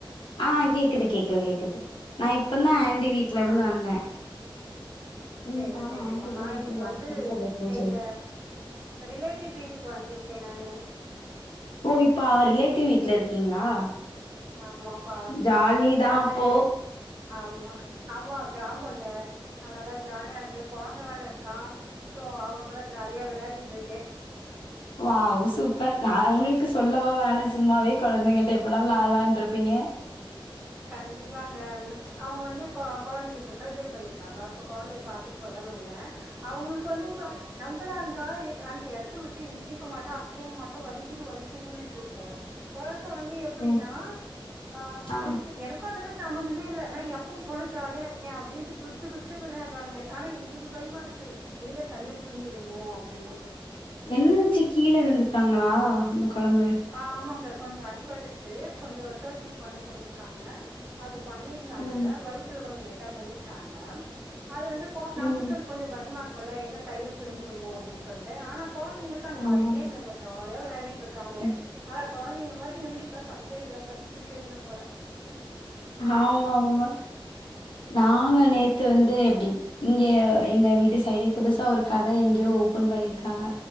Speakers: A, on the left; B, on the right.
A: ஆ கேக்குது கேக்குது கேக்குது நா இப்ப தா ஆண்டி வீட்ல
B: ஆ
A: இருந்து வந்தே ம்
B: சேரி
A: நானு
B: சேரிப்பா
A: ஆண்டிட்ட
B: நா இன்னக்கு வந்து
A: கிட்ட பேசுறேன்னு
B: எங்க
A: சொல்லு
B: ரிலேட்டிவ்ஸ் வீட்டுக்கு வந்துருக்கே நானு
A: ஓ இப்ப ஆர் ரிலேட்டிவ் வீட்ல இருக்கீங்களா
B: ஆமாப்பா
A: ஜாலி
B: நீங்க
A: தா
B: வந்து
A: அப்போ
B: ஆமா ஆமா கிராமோல்ல அதுனால ஜாலியா இருக்கு கொழந்த வேர இருக்கா சோ அவங் கூட ஜாலியா விளையாடிட் இருக்கே
A: வாவ் சூப்பர் நா அவங்களுக்கு சொல்லவா வேணு சும்மாவே கொழந்தைங்கள்ட்ட எப்படா விளாலான்ருப்பீங்க
B: கண்டிப்பாங்க அவங்க வந்து கொ கொழந்தைக்கி இப்ப சர்ஜரி பண்ணிருக்காங்களா சோ கொழந்தய பாத்து போலான் வந்தே அவங்களுக்கு வந்து இப்ப நம்பளா இருந்தா எ அந்த எடத்த விட்டு எந்திரிக்க மாட்டோ அசைய மாட்டோ வலிக்குது வலிக் கிதுன்ட்டுருப்போ கொழந்த வந்து எப்பிடீனா
A: ம்
B: அ
A: ஆ
B: எனக்கு எனக் கு அதுக்கு சம்மந்தமே இல்ல நா எப்பவு போல ஜாலியா இருக்கே அப்டின்ட்டு குச்சு குச்சு விளையாட்றாங்க ஆனா எங்களுக்கு பயமா இருக்கு எங்க தையல் பிரிஞ்சிறுமோ அப்டின்ட்டு
A: என்னாச்சு கீழ விழுந்துட்டாங்களா அந்த கொழந்த
B: ஆ ஆமாங்க கொஞ்சோ அடிபட்ருச்சு கொஞ்சோ சர்ஜரி பண்ண சொல்ருக்காங்க அது பண்ணிருந்தாங்க
A: ம்
B: வயித்துல கொஞ்சோ லைட்டா பண்ணிர்க்காங்க அது வந்து கோ நம்மளுக்கு
A: ம்
B: அது கொஞ்சோ பயமா இருக்குல்ல எங்க தையல் பிரிஞ்சிருமோ அப்டின் சொல்ட்டு ஆனா கொழ்ந்தைகளுக்கு அந்த
A: ஆமா
B: பயமே இல்லங்க ஜாலியா விளையாடிட்ருக்காங்க
A: ம்
B: ஆனா கொழந்தைங்க மாரி இருந்துட்டா தப்பே இல்ல பிரச்சனையே இல்ல போல
A: ஆமா ஆமா நாங்க நேத்து வந்து எப்டி இங்க எங்க வீட்டு சைடே புதுசா ஒரு கட எங்கயோ ஓபன் பண்ணிருக்காங்க